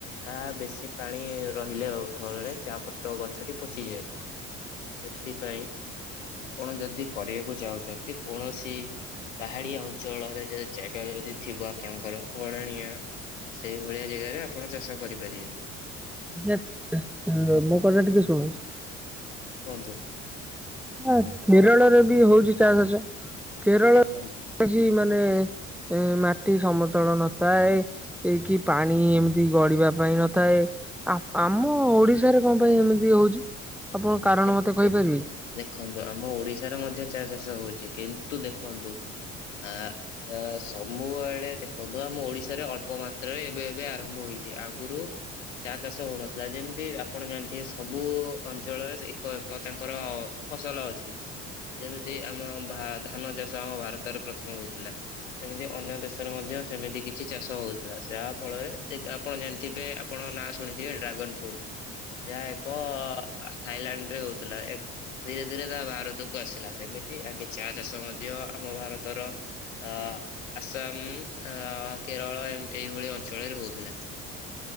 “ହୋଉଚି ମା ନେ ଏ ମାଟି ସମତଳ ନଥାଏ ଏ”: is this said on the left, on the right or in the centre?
Centre